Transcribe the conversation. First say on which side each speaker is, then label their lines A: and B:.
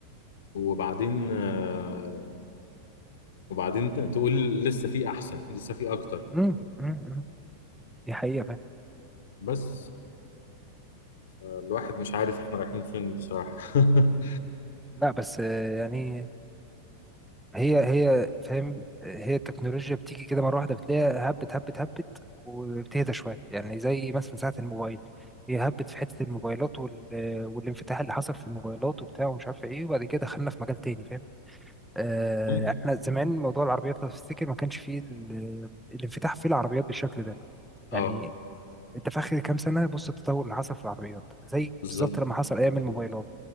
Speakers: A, on the left (about 60°); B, in the centre.
A: وبعدين آه، وبعدين تقول لسه في احسن لسه في اكتر
B: مم. مم. مم. دي حقيقة فعلا
A: فبس الواحد مش عارف احنا رايحين فين بصراحة <laughs>
B: لا بس آه، يعني هي هي فاهم هي التكنولوجيا بتيجي كده مرة واحدة بتلاقيها هبت هبت هبت وبتهدى شوية يعني زي مثلا ساعة الموبايل هي هبت في حتة الموبايلات وال... والانفتاح اللي حصل في الموبايلات وبتاع ومش عارف ايه وبعد كده دخلنا في مجال تاني فاهم آه،
A: ممكن
B: يعني احنا زمان موضوع العربيات لو تفتكر ما كانش فيه ال- الانفتاح في العربيات بالشكل ده
A: اه
B: يعني انت في اخر كام سنه بص التطور اللي حصل في العربيات زي
A: بالظبط
B: بالظبط لما حصل ايام
A: بالظبط.
B: الموبايلات